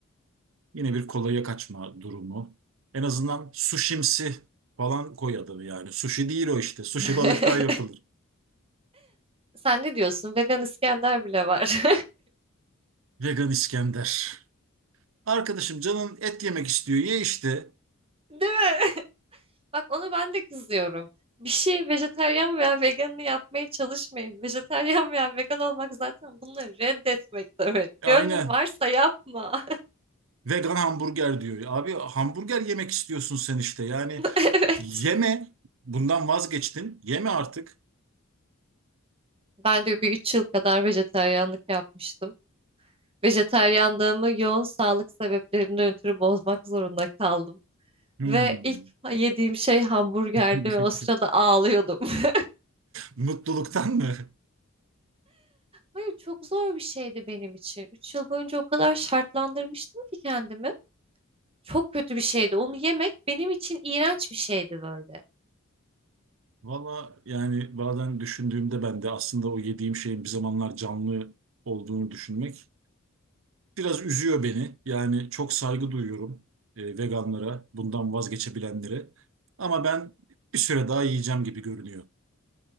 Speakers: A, on the right (about 65°); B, on the right (about 25°).
A: Yine bir kolaya kaçma durumu. En azından sushimsi falan koy adını yani. Sushi değil o işte. Sushi
B: <laughs>
A: balıktan yapılır.
B: Sen ne diyorsun? Vegan İskender bile var.
A: Vegan İskender. Arkadaşım canın et yemek istiyor. Ye işte.
B: <laughs> Değil mi? Bak ona ben de kızıyorum. Bir şey vejetaryen veya veganını yapmaya çalışmayın. Vejetaryen veya vegan olmak zaten bunları reddetmek demek.
A: E,
B: Gönlün
A: Aynen.
B: varsa yapma.
A: Vegan hamburger diyor. Abi hamburger yemek istiyorsun sen işte. Yani
B: <laughs> Evet.
A: yeme. Bundan vazgeçtin. Yeme artık.
B: Ben de bir 3 yıl kadar vejetaryenlik yapmıştım. Vejetaryenliğimi yoğun sağlık sebeplerinden ötürü bozmak zorunda kaldım.
A: Hmm.
B: Ve ilk yediğim şey hamburgerdi
A: <laughs>
B: ve o sırada ağlıyordum. <laughs>
A: Mutluluktan mı?
B: Hayır çok zor bir şeydi benim için. 3 yıl boyunca o kadar şartlandırmıştım ki kendimi. Çok kötü bir şeydi. Onu yemek benim için iğrenç bir şeydi böyle.
A: Valla yani bazen düşündüğümde ben de aslında o yediğim şeyin bir zamanlar canlı olduğunu düşünmek biraz üzüyor beni. Yani çok saygı duyuyorum e, veganlara, bundan vazgeçebilenlere. Ama ben bir süre daha yiyeceğim gibi görünüyor.